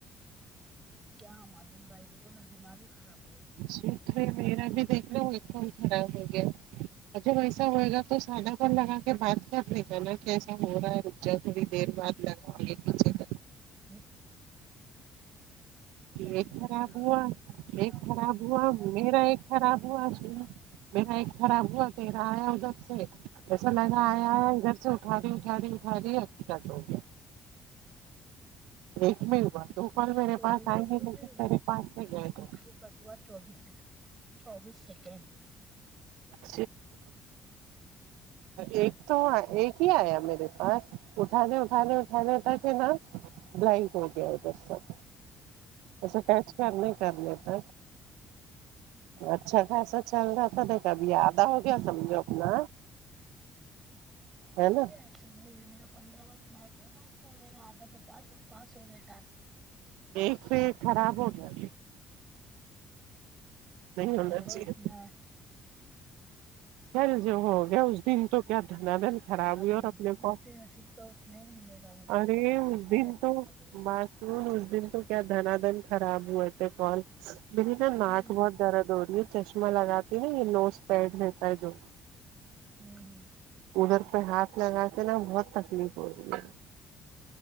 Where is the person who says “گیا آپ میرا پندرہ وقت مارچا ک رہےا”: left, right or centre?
Right